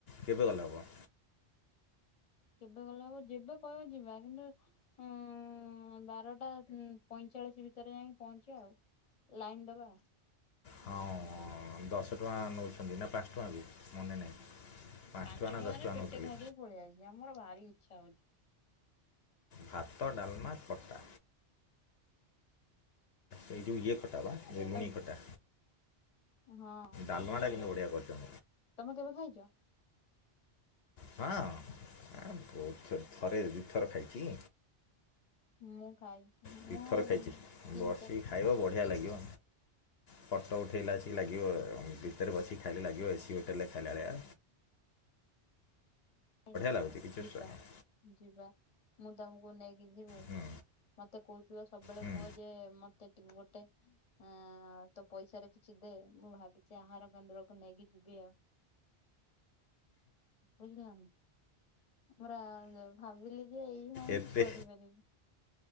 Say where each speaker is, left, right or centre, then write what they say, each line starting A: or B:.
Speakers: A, on the left; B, on the left.
A: କେବେ ଗଲେ ହବ?
B: କେବେ ଗଲେ ହେବ, ଯେବେ କହିବ ଯିବା କିନ୍ତୁ ହୁଁ, ବାରଟା ପଇଁଚାଳିଶ ଭିତରେ ଯାଇକି ପହଞ୍ଚିବା ଆଉ। ଲାଇନ ଦବା।
A: ହଁ, ଦଶ ଟଙ୍କା ନଉଛନ୍ତି ନା ପାଞ୍ଚ ଟଙ୍କା କୁ ମନେ ନାହିଁ।
B: ପାଞ୍ଚ
A: ଟଙ୍କା ନା
B: ଟଙ୍କାରେ
A: ଦଶ ଟଙ୍କା
B: ପେଟେ
A: ନେଉଥିଲେ
B: ଖାଇଦେଇକି ପଳେଇଆସିଆ ମୋର ଭାରି ଇଛା ହଉଛି।
A: ଭାତ, ଡାଲମା, ଖଟା ଏ ଯୋଉ ଇଏ ଖ ଖଟା ବା ଏ
B: ବୋବାଲ
A: ଲୁଣି
B: ଟେଷ୍ଟ
A: ଖଟା
B: ହଁ
A: ଡାଲମାଟା
B: ମତେ ଭଲ
A: କିନ୍ତୁ
B: ଲାଗେ
A: ବଢିଆ କରିଛ।
B: ତମେ କେବେ ଖାଇଛ?
A: ହଁ, ଆ ବହୁତ ଥର ଥରେ ଦିଥର ଖାଇଛି।
B: ମୁଁ ଖାଇଛି। ମୁଁ
A: ଦିଥର ଖାଇଛି,
B: ତିନି
A: ବସିକି
B: ଚାରିଥର
A: ଖାଇବ
B: ଖାଇଛି
A: ବଢ଼ିଆ ଲାଗିବ। ଫଟୋ ଉଠେଇଲା ଆସିକି ଲାଗିବ, ଭିତରେ ବସିକି ଖାଇଲେ ଲାଗିବ ଏସି ହୋଟେଲରେ ଖାଇଲା ଳିଆ।
B: ହେ ନା
A: ଲାଗୁଛି
B: ନା
A: କିଛି
B: ଯିବା।
A: ଅସୁବିଧା ନାହିଁ
B: ଯିବା, ମୁଁ ତମକୁ ନେଇକି ଯିବି?
A: ହୁଁ
B: ମତେ କହୁଥିଲ ସବୁବେଳେ
A: ହୁଁ
B: କୁହ ଯେ ମତେ ଟି ଗୋଟେ ହଁ ତୋ ପଇସାରେ କିଛି ଦେ, ମୁଁ ଭାବିଛି ଆହାର କେନ୍ଦ୍ରକୁ ନେଇକି ଯିବି ଆଉ। ବୁଝିଲନି? ପରା ଭାବିଲି ଯେ ଏଇଆ ହିଁ
A: ଏତେ
B: କରିପାରିବି।